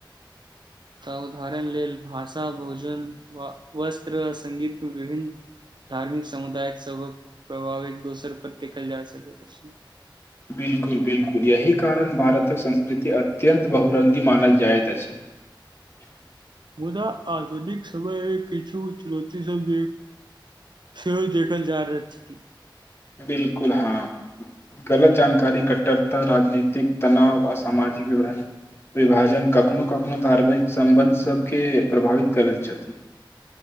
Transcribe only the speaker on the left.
बिलकुल बिलकुल यहि कारण भारतक संस्कृति अत्यंत बहुुरंगी मनाल जाइत अछि।
बिलकुल हँ, गलत जानकारी, कट्टरता, राजनीतिक तनाव आ सामाजिक वि विभाजन कखनो कखनो धार्मिक सम्बन्ध सभके प्रभावित करैत छथि।